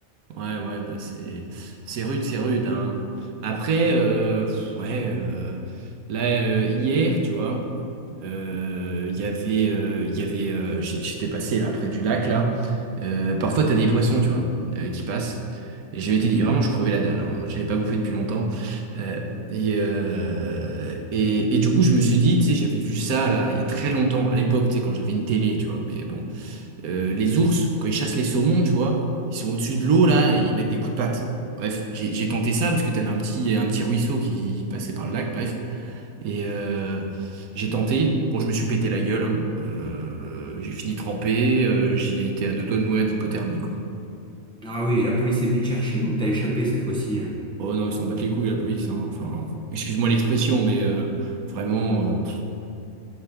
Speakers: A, on the right; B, in the centre.
A: Ouais, ouais, bah c'est c'est rude, c'est rude, hein. Après, euh, pff, ouais, euh, là euh, hier, tu vois, euh, il y avait, euh, il y avait, euh, j'- j'étais passé là près du lac là. Euh, parfois t'as des poissons, tu vois, euh, qui passent. Et j'avais été vraiment, je crevais la dalle. Hein. J'avais pas bouffé depuis longtemps. Euh, et, euh, et et du coup, je me suis dit, tu sais, j'avais vu ça là il y a très longtemps, à l'époque, tu sais, quand j'avais une télé, tu vois. Mais bon. Euh, les ours, quand ils chassent les saumons, tu vois, ils sont au-dessus de l'eau là et ils mettent des coups de patte. Bref, j'ai j'ai tenté ça parce que t'avais un petit, un petit ruisseau qui passait par le lac, bref. Et euh, j'ai tenté. Bon, je me suis pété la gueule, hein. Euh, j'ai fini trempé, euh, j'ai été à deux doigts de mourir d'hypothermie, quoi.
B: Ah oui, la police est venue te chercher ou t'as échappé cette fois-ci? hein
A: Oh non, ils s'en battent les couilles, la police, hein. Enfin, excuse-moi l'expression, mais euh, vraiment, euh, pff,